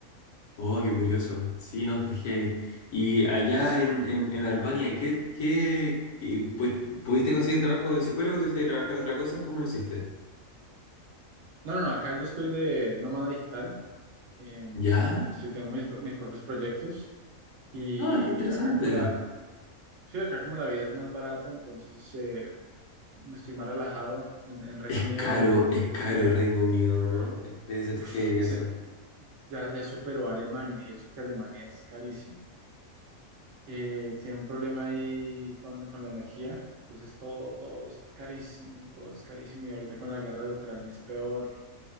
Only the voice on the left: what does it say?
Oh, qué curioso. Sí, no, está heavy. Y allá
en, en, en Albania, ¿qué, qué, qué- pues, pudiste conseguir trabajo de psicólogo? ¿Tuviste que trabajar de otra cosa? ¿Cómo lo hiciste?
¿Ya?
Ah, qué interesante.
Es
caro, es caro
Reino Unido, ¿no? Debe ser
heavy
eso.